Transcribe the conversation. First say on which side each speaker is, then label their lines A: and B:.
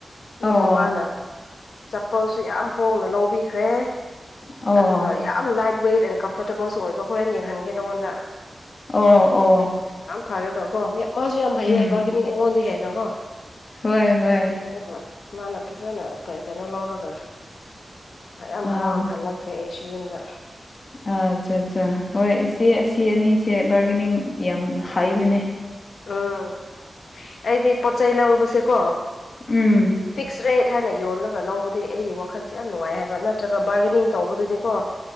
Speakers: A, on the left; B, on the left.
A: ꯑꯗꯨꯒ
B: ꯑꯣ
A: ꯃꯥꯅ ꯆꯥꯝꯄꯜꯁꯨ ꯌꯥꯝ ꯍꯣꯡꯅ ꯂꯧꯕꯤꯈ꯭ꯔꯦ
B: ꯑꯣ
A: ꯑꯗꯨꯒ ꯌꯥꯝ ꯂꯥꯏꯠ ꯋꯦꯠ ꯑꯦꯟ ꯀꯝꯐꯣꯔꯇꯦꯕꯜꯁꯨ ꯑꯣꯏꯕ ꯍꯣꯔꯦꯟ ꯌꯦꯡꯍꯟꯒꯦ ꯅꯪꯉꯣꯟꯗ
B: ꯑꯣ ꯑꯣ ꯑꯣ
A: ꯌꯥꯝ ꯐꯔꯒꯀꯣ ꯃꯥꯁꯨ ꯌꯥꯝ ꯍꯩꯌꯦ
B: ꯎꯝ
A: ꯕꯥꯔꯒꯦꯅꯤꯡ ꯑꯩꯉꯣꯟꯗ ꯍꯦꯟꯅ ꯀꯣ
B: ꯍꯣꯏ ꯍꯣꯏ
A: ꯑꯗꯨꯒ ꯃꯥꯅ ꯐꯖꯅ ꯀꯩꯅꯣ ꯂꯧꯔꯒ ꯌꯥꯝ
B: ꯑꯥ
A: ꯍꯔꯥꯎ ꯍꯜꯂꯛ ꯈꯔꯦ ꯑꯩꯁꯨ ꯌꯨꯝꯗ
B: ꯑꯠꯆꯥ ꯑꯠꯆꯥ ꯍꯣꯏ ꯏꯆꯦ ꯑꯁꯤ ꯑꯅꯤꯁꯦ ꯕꯥꯔꯒꯦꯅꯤꯡ ꯌꯥꯝ ꯍꯩꯕꯅꯦ
A: ꯎꯝ ꯑꯩꯗꯤ ꯄꯣꯠ ꯆꯩ ꯂꯧꯕꯁꯦꯀꯣ
B: ꯎꯝ
A: ꯐꯤꯛꯁ ꯔꯦꯠ ꯍꯥꯏꯅ ꯌꯣꯜꯂꯒ ꯂꯧꯕꯗꯤ ꯑꯩꯒꯤ ꯋꯥꯈꯟꯁꯦ ꯌꯥꯝ ꯅꯨꯡꯉꯥꯏ ꯍꯥꯏꯕ ꯅꯠꯇ꯭ꯔꯒ ꯕꯥꯔꯒꯦꯅꯤꯡ ꯇꯧꯕꯗꯨꯗꯤ ꯀꯣ